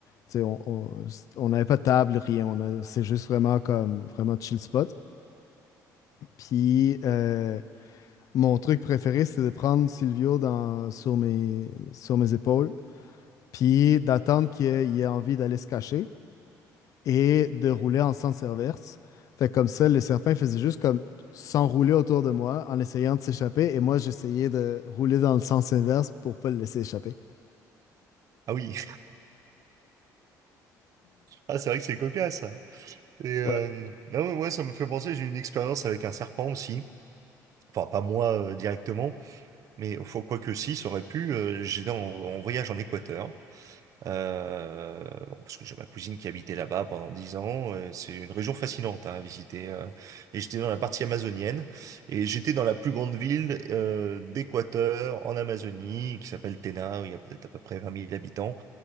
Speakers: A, on the left (about 55°); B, on the right (about 55°).
A: tu sais, on on- on n'avait pas de table, rien. On a- c'est juste vraiment comme. Vraiment chill spot. Puis, euh, mon truc préféré, c'est de prendre Silvio dans, sur mes, sur mes épaules. Puis, d'attendre qu'il ait, il ait envie d'aller se cacher et de rouler en sens inverse. Fait que comme ça, les serpents faisaient juste comme s'enrouler autour de moi en essayant de s'échapper et moi j'essayais de rouler dans le sens inverse pour pas le laisser échapper.
B: Ah oui. Ah, c'est vrai que c'est cocasse, ça. Et euh,
A: Ouais.
B: non, mais ouais, ça me fait penser, j'ai eu une expérience avec un serpent aussi. Enfin, pas moi euh, directement, mais faut, quoi que si, ça aurait pu. Euh, j'étais en, en voyage en Équateur, euh, bon, parce que j'ai ma cousine qui habitait là-bas pendant 10 ans. euh, c'est une région fascinante hein, à visiter. euh. et j'étais dans la partie amazonienne, et j'étais dans la plus grande ville euh, d'Équateur, en Amazonie, qui s'appelle Tena, où il y a peut-être à peu près vingt mille habitants.